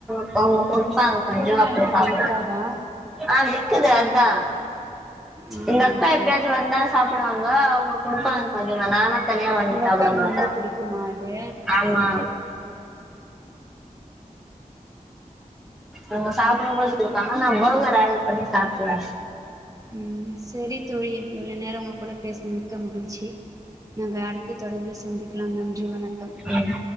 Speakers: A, in the centre; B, on the right.
A: ப்போ கொட்பாங்
B: உங்க
A: கொஞ்சமா
B: ஊர்லல்லா
A: போய்
B: அது
A: சாப்புடு
B: விக்காதா
A: ஆ விக் விக்கிது அதா
B: ம்
A: இந்தக்கா
B: ஓகே
A: எப்பியாஜ் வந்தா ஸ் சாப்புடுவாங்க அவ்ங்ளுக் குடுப்பாங் கொஞ்சமா நானா தனியா வந்து
B: உங்க
A: சாப்படமாட்ட
B: அக்காக்கு ரொம்ப புடிக்குமா அது
A: ஆமா அவ்ங்க சாப்புடும்போது கொடுப்பாங்க நா போகற் ஆடர் பண்ணி சாப்ட்ருவே
B: உம் செரி தோழி இவ்ளோ நேரோ உங்க கூட பேஸ்ன மிக்க மகுழ்ச்சி நாங்க அடுத்த தொடர்பில் சந்திக்கிலா நன்றி வணக்கம்
A: ம்